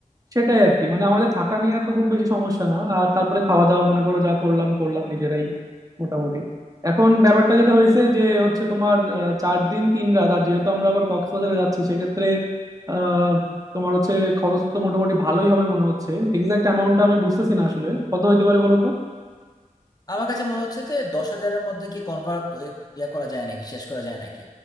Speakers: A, on the right (about 25°); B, on the left (about 25°).
A: সেটাই আর কি মানে আমাদের থাকা নিয়ে তো খুব বেশি সমস্যা না আর তারপরে খাওয়া দাওয়া মনে করো যা করলাম করলাম নিজেরাই মোটামুটি এখন ব্যাপারটা যেটা হয়েছে যে হচ্ছে তোমার আহ, চার দিন তিন রাত আর যেহেতু আমরা আবার কক্সবাজারে যাচ্ছি সেক্ষেত্রে আহ তোমার হচ্ছে খরচ তো মোটামুটি ভালোই হবে মনে হচ্ছে এক্সাক্ট অ্যামাউন্টটা আমি বুঝতেছি না আসলে কত হইতে পারে বলো তো
B: আমার কাছে মনে হচ্ছে যে দশ হাজারের মধ্যে কি কনভার্ট ইয়া করা যায় নাকি শেষ করা যায় নাকি